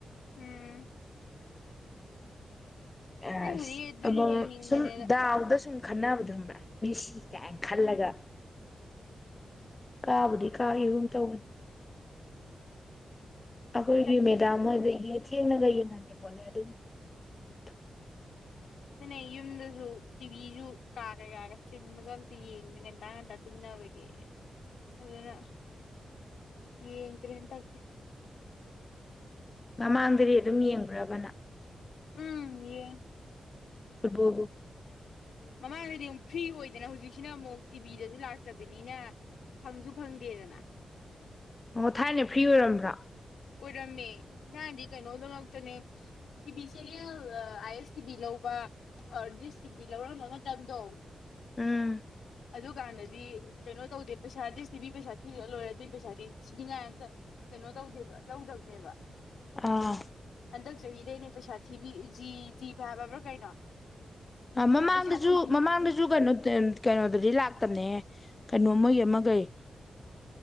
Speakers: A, on the left; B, on the left.
A: ꯎꯝ
B: ꯑꯦ
A: ꯑꯩꯕꯨꯗꯤ ꯑꯗꯨꯝ
B: ꯑꯃ
A: ꯌꯦꯡꯅꯤꯡꯕꯅꯦꯗ
B: ꯁꯨꯝ ꯗꯥꯎꯗ ꯁꯨꯝ ꯈꯟꯅꯕꯗꯨ ꯈꯪꯕ꯭ꯔꯥ ꯃꯦꯁꯤ ꯀꯥꯏꯅ ꯈꯜꯂꯒ
A: ꯎꯝ
B: ꯀꯥꯕꯗꯤ ꯀꯥꯒꯤꯒꯨꯝ ꯇꯧꯕꯅꯤ ꯑꯩꯈꯣꯏꯒꯤ
A: ꯍꯟꯗꯛꯇꯤ
B: ꯃꯦꯗꯥꯝ ꯍꯣꯏꯒ ꯌꯦ ꯊꯦꯡꯅꯒ ꯌꯦꯡꯍꯜꯂꯤꯄꯣꯠꯅꯤ ꯑꯗꯨꯒꯤ ꯐꯨꯠꯕꯣꯜ ꯅꯨꯃꯤꯠꯇꯣ
A: ꯑꯗꯨꯅ ꯌꯨꯝꯗꯁꯨ ꯇꯤꯚꯤꯁꯨ ꯀꯥꯒ ꯀꯥꯒ ꯆꯤꯟꯕꯒ ꯑꯝꯇ ꯌꯦꯡꯗꯦ ꯉꯟꯇꯥ ꯉꯟꯇꯥ ꯇꯨꯝꯅꯕꯒꯤ ꯑꯗꯨꯅ ꯌꯦꯡꯗ꯭ꯔꯦ ꯍꯟꯇꯛꯇꯦ
B: ꯃꯃꯥꯡꯗꯗꯤ ꯑꯗꯨꯝ ꯌꯦꯡꯕ꯭ꯔꯥꯕ ꯅꯪ
A: ꯎꯝ ꯌꯦꯡꯉꯤ
B: ꯐꯨꯠꯕꯣꯜ
A: ꯃꯃꯥꯡꯗꯗꯤ ꯑꯃꯨꯛ ꯐ꯭ꯔꯤ ꯑꯣꯏꯗꯅ ꯍꯧꯖꯤꯛꯁꯤꯅ ꯑꯃꯨꯛ ꯇꯤꯚꯡ ꯚꯤ ꯁꯤꯗꯁꯨ ꯂꯥꯛꯇꯕꯤꯅꯤꯅ ꯐꯪꯁꯨ ꯐꯪꯗꯦꯗꯅ
B: ꯑꯣ ꯊꯥꯏꯅ ꯐ꯭ꯔꯤ ꯑꯣꯏꯔꯝꯕ꯭ꯔꯣ
A: ꯑꯣꯏꯔꯝꯃꯦ ꯅꯍꯥꯟꯗꯤ ꯀꯩꯅꯣꯗꯧ ꯉꯛꯇꯅꯦ T V channel I S TV ꯂꯧꯕ ꯗꯤꯁ ꯇꯤ ꯚꯤ ꯂꯧꯔꯝꯕ ꯃꯇꯝꯗꯣ
B: ꯎꯝ
A: ꯑꯗꯨꯀꯥꯟꯗꯗꯤ ꯀꯩꯅꯣ ꯇꯧꯗꯦ ꯄꯩꯁꯥ ꯗꯤꯁ ꯇꯤ ꯚꯤ ꯄꯩꯁꯥ ꯊꯤꯔ ꯂꯣꯏꯔ ꯑꯗꯨꯏ ꯄꯩꯁꯥꯗꯤ ꯊꯤꯅꯤꯡꯉꯥꯏꯝꯇ ꯀꯩꯅꯣ ꯇꯧꯗꯦꯕ ꯂꯧꯗꯕꯅꯦꯕ
B: ꯑꯥ
A: ꯍꯟꯗꯛ ꯆꯍꯤꯗꯩꯅꯦ ꯄꯩꯁꯥ ꯊꯤꯕꯤ ꯖꯤ ꯖꯤꯕ ꯍꯥꯏꯕ꯭ꯔꯥ ꯀꯩꯅꯣ
B: ꯃꯃꯥꯡꯗꯁꯨ
A: ꯑꯗ ꯄꯩꯁꯥ ꯊꯤꯕꯤ
B: ꯃꯃꯥꯡꯗꯁꯨ ꯀꯩꯅꯣ ꯀꯩꯅꯣꯗꯗꯤ ꯂꯥꯛ ꯅꯦ ꯀꯩꯅꯣ ꯃꯣꯏꯒꯤ ꯑꯃ ꯀꯩ